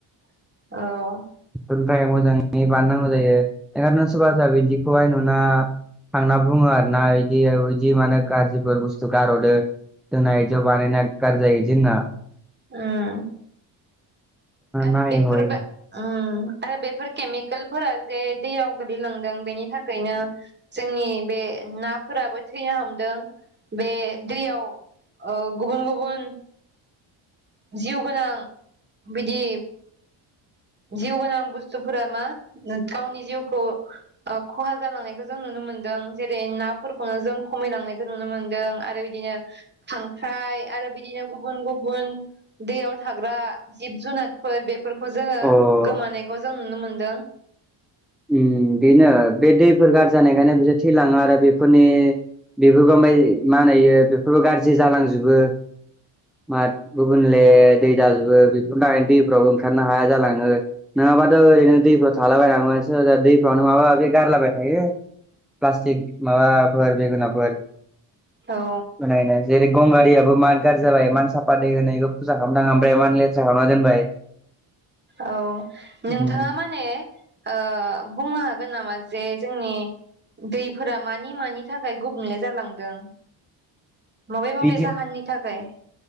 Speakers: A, on the right; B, in the centre.
A: औ
B: बेनिफ्राय मोजाङै बाननांगौ जायो ओंखायनोथ' सोरबा सा बिदिखौहाय नुना थांना बुङो आरोना इदि इदि मानो गाज्रिफोर बुस्थु गारहदो दोना ज' बानायनानै गारजायो आदि होनना <inaudible>
A: उम आरो
B: नायै
A: बेफोरबो
B: हयै
A: उम आरो बेफोर केमिकेलफोरा जे दैयाव गोल्लैलांदों बेनि थाखायनो जोंनि बे नाफोराबो थैनो हमदों बे दैयाव ओ गुबुन गुबुन जिउ गोनां बिदि जिउ गोनां बुस्थुफोरा मा गावनि जिउखौ खहा जालांनायखौ जों नुनो मो मोनदों जेरै नाफोरखौनो जों खमायलांनायखौ नुनो मोनदों आरो बिदिनो खांख्राइ आरो बिदिनो गुबुन गुबुन दैयाव थाग्रा जिब जुनारफोर बेफोरखौ जोङो
B: अ
A: गोमानायखौ जों नुनो मोनदों
B: ओ बेनो बे दैफोर गाज्रि जानायखायनो बिसोर थैलाङो आरो बेफोरनि बेफोरखौ ओमफ्राय मा होनो इयो बेफोरबो गाज्रि जालांजोबो मा गुबुनले दै जाजोबो बेफोरनि थाखाय दैफोरावबो ओंखारनो हाया जालाङो नङाबाथ' ओरैनो दैफोराव थालाबायनांगोमोन दैफोरावनो माबा माबि गारलाबाय थायो प्लास्टिक माबाफोर बेगोनाफोर
A: औ
B: होनायनो जेरै गंगारियाबो मार गाज्रि जाबाय एमान साफा दै होनो खौ फुजा खालामनाङा ओमफ्राय इमान लेथ्रा खालामना दोनबाय
A: औ
B: उम,
A: नोंथाङा माने ओ बुंनो हागोन नामा जे जोंनि दैफोरा मानि मानि थाखाय गुबुंले जालांदों माबे
B: बिदि
A: माबे जाहोननि थाखाय